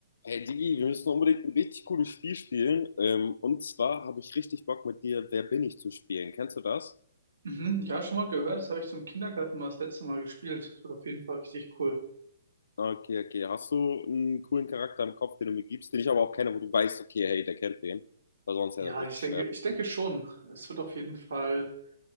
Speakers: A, on the left; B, on the right.
A: Hey Digi, wir müssen unbedingt ein richtig cooles Spiel spielen. Ähm, und zwar habe ich richtig Bock mit dir, Wer bin ich zu spielen. Kennst du das?
B: Mhm, ja, schon mal gehört. Das habe ich zum Kindergarten mal das letzte Mal gespielt. Das wird auf jeden Fall richtig cool.
A: Okay, okay. Hast du einen coolen Charakter im Kopf, den du mir gibst, den ich aber auch kenne, wo du weißt, okay, hey, der kennt den. Weil sonst
B: Ja,
A: wäre das richtig
B: ich denke,
A: schwer.
B: ich denke schon. Es wird auf jeden Fall